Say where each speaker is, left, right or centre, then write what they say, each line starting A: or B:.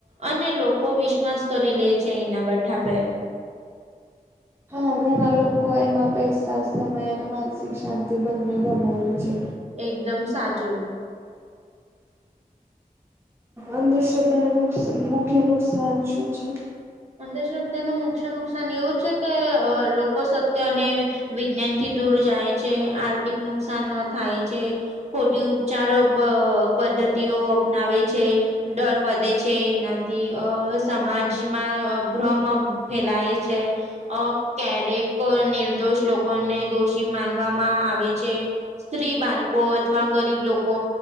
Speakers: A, on the right (about 50°); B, on the right (about 15°).
A: અને લોકો વિશ્વાસ કરી લે છે, એના બેઠા પે.
B: આ ઘરના લોકો એમાં પૈસા સમય અને માનસિક શાંતિ બંને ગુમાવે છે.
A: એકદમ સાચું.
B: અંધશ્રદ્ધાને મુકસ મુખ્ય નુકસાન શું છે?
A: અંદત્ય ન મુખ્ય નુકસાન એવું છે કે, લોકો સત્ય અને વિજ્ઞાન થી દૂર જાય છે, આર્થિક નુકસાન ન થાય છે. ખોટી ઉપચાર પદ્ધતિઓ અપનાવે છે. ડર વધે છે, એનાથી અ સમાજ ભ્રમ ફેલાય છે. અ ક્યારેક નિર્દોષ લોકોને દોષી માનવામાં આવે છે. સ્ત્રી બાળકો અથવા ગરીબ લોકો